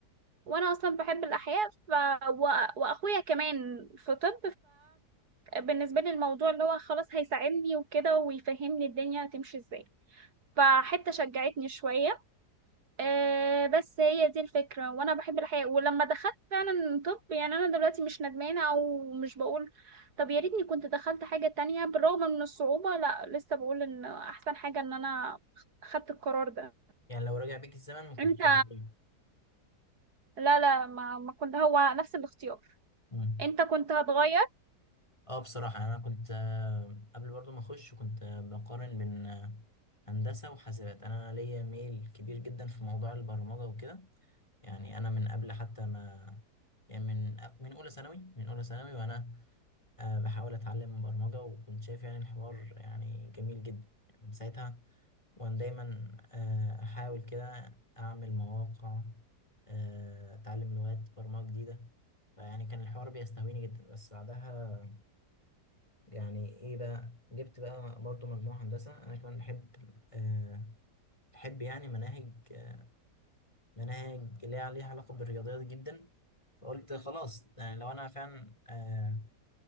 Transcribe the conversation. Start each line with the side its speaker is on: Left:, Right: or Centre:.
Right: وانا اصلا بحب الاحياء ف و... واخويا كمان في طب فبالنسبه لي الموضوع اللي هو خلاص هيساعدني وكده ويفهمني الدنيا هتمشي ازاي فحتة شجعتني شوية أه بس هي دي الفكرة وأنا بحب الحياة ولما دخلت فعلا طب يعني أنا دلوقتي مش ندمانة أو مش بقول طب يا ريتني كنت دخلت حاجة تانية بالرغم من الصعوبة لا لسه بقول إن أحسن حاجة إن أنا خدت القرار ده
Left: يعني لو رجع بيك الزمن ما كنتش
Right: أنت
Left: هتغير
Right: لا لا ما, ما كنت هو نفس الاختيار
Left: مم.
Right: أنت كنت هتغير
Left: اه بصراحة انا كنت آه، قبل برضو ما اخش كنت آه، بقارن بين آه، هندسة وحاسبات انا ليا ميل كبير جدا في موضوع البرمجة وكده يعني انا من قبل حتى ما يعني من من اولى ثانوي من اولى ثانوي وانا آه، بحاول اتعلم برمجة وكنت شايف يعني الحوار يعني جميل جدا يعني من ساعتها وأنا دايما آه، أحاول كده أعمل مواقع آه، أتعلم لغات برمجة جديدة فيعني كان الحوار بيستهويني جدا بس بعدها يعني إيه بقى جبت بقى برضو مجموعة هندسة أنا كمان بحب آه، بحب يعني مناهج آه، مناهج ليها ليها علاقة بالرياضيات جدا فقلت خلاص يعني لو أنا فعلا آه،